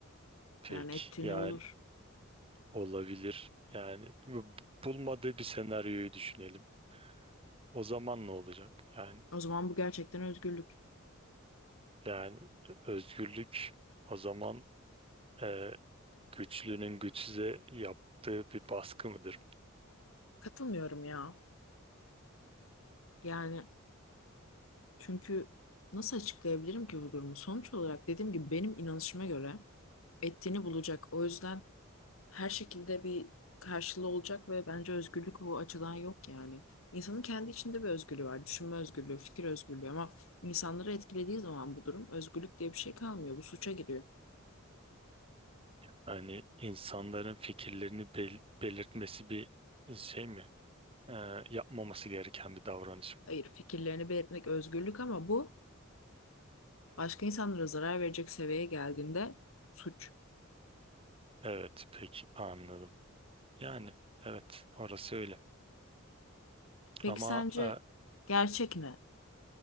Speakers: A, on the right; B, on the left.
A: Pek
B: Yani ettiğini
A: yani
B: olur.
A: olabilir. Yani bu- bulmadığı bir senaryoyu düşünelim. O zaman ne olacak? Yani
B: O zaman bu gerçekten özgürlük.
A: yani özgürlük o zaman e, güçlünün güçsüze yaptığı bir baskı mıdır?
B: Katılmıyorum ya. Yani çünkü nasıl açıklayabilirim ki bu durumu? Sonuç olarak dediğim gibi benim inanışıma göre ettiğini bulacak. O yüzden her şekilde bir karşılığı olacak ve bence özgürlük bu açıdan yok yani. İnsanın kendi içinde bir özgürlüğü var. Düşünme özgürlüğü, fikir özgürlüğü ama insanları etkilediği zaman bu durum özgürlük diye bir şey kalmıyor. Bu suça giriyor.
A: Hani insanların fikirlerini bel- belirtmesi bir şey mi? E, yapmaması gereken bir davranış.
B: Hayır, fikirlerini belirtmek özgürlük ama bu başka insanlara zarar verecek seviyeye geldiğinde suç.
A: Evet, peki anladım. Yani evet orası öyle.
B: Peki
A: Ama
B: sence
A: e,
B: gerçek ne?